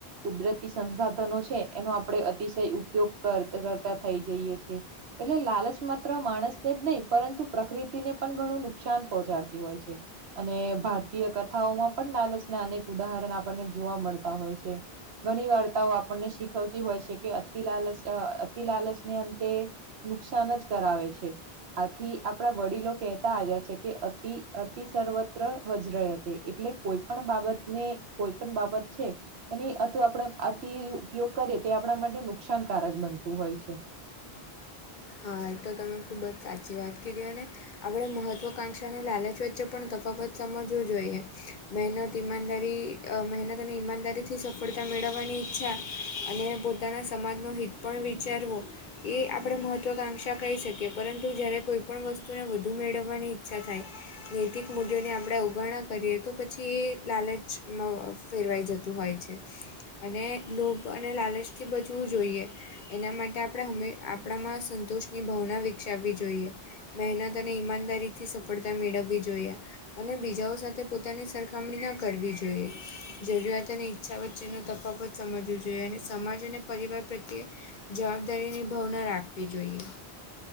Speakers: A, on the right; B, on the left.
A: કુદરતી સંસાધનો છે એનો આપડણે અતિશય ઉપયોગ કર કરતા થઈ જઈએ છે. એટલે લાલચ માત્ર માણસ એ જ નહી પરંતુ પ્રકૃતિને પણ ઘણું નુકસાન પહોંચાડતી હોય છે. અને ભારતીય કથાઓમાં પણ લાલચના અનેક ઉદાહરણ આપણને જોવા મળતા હોય છે. ઘણી વાર્તાઓ આપણને શીખવતી હોય છે કે અતિ લાલ અતિ લાલચને અંતે નુકસાન જ કરાવે છે. આથી આપણા વડીલો કહેતા આવ્યા છે કે અતિ અતિ સર્વત્ર વજ્ર હતી એટલે કોઈ પણ બાબતને કોઈ પણ બાબત છે એની અત આપણે આથી ઉપયોગ કરીએ તે આપણા માટે નુકસાનકારક બનતું હોય છે.
B: હા તો તમે ખૂબ જ સાચી વાત કીધી ને આપણે મહત્વકાંક્ષાની લાલચ વચ્ચે પણ તફાવત સમજવું જોઈએ. મહેનત ઇમાનદારી મહેનત અને ઈમાનદારીથી સફળતા મેળવવાની ઈચ્છા અને પોતે પોતાના સમાજનો હિત પણ વિચારવો એ આપણે મહત્વ મત્વકાંક્ષા કહી શકીએ પરંતુ જ્યારે કોઈ પણણ વસ્તુને વધુ મેળવવાની ઈચ્છા થાય નૈતિક મુલ્યો ની આપણે અવગણણા કરીએ તો પછી એ લાલચ ફેરવાઈ જતું છે અને લોભ અને લાલચથી બચવું જોઈએ. એના માટે આપડે આપણામાં સંતોષની ભાવના વિકસાવવી જોઈએ. મહેનત અને ઈમાનદારીથી સફળતા મેળવવી જોઈયે અને બીજાઓ સાથે પોતાની સરખામણી ન કરવી જ જોઈએ જરૂરિયાત અને ઈચ્છા વચ્ચેનો તફાવત સમજવો જોઈએ અને સમાજ અને પરિવાર પ્રત્યે જવાબદારીની ભાવના રાખવી જોઈએ.